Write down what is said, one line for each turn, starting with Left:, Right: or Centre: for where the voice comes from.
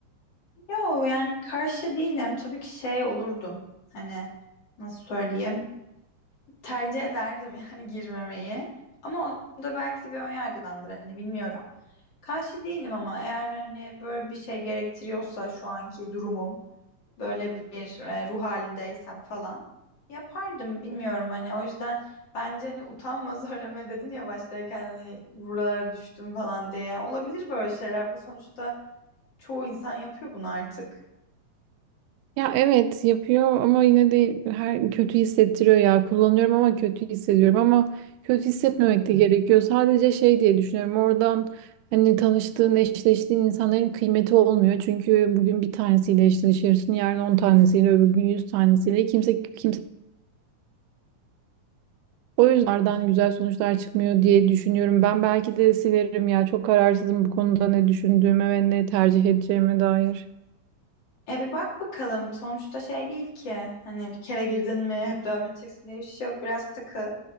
Left: Yo yani karşı değilim. Tabii ki şey olurdum. Hani nasıl söyleyeyim? tercih ederdim yani <laughs> girmemeyi. Ama o da belki de bir ön yargıdandır hani bilmiyorum. Karşı değilim ama eğer hani böyle bir şey gerektiriyorsa şu anki durumum böyle bir e, ruh halindeysem falan yapardım bilmiyorum hani o yüzden bence hani utanma <laughs> söyleme dedin ya baştayken hani buralara düştüm falan diye yani olabilir böyle şeyler bu sonuçta çoğu insan yapıyor bunu artık.
Right: Ya evet yapıyor ama yine de her kötü hissettiriyor ya. Kullanıyorum ama kötü hissediyorum ama kötü hissetmemek de gerekiyor. Sadece şey diye düşünüyorum. Oradan hani tanıştığın, eşleştiğin insanların kıymeti olmuyor. Çünkü bugün bir tanesiyle eşleşirsin, yarın 10 tanesiyle, öbür gün 100 tanesiyle. Kimse kimse o yüzden oradan güzel sonuçlar çıkmıyor diye düşünüyorum. Ben belki de silerim ya. Çok kararsızım bu konuda ne düşündüğüme ve ne tercih edeceğime dair.
Left: E bir bak bakalım sonuçta şey değil ki hani bir kere girdin mi hep devam edeceksin diye bir şey yok biraz takıl.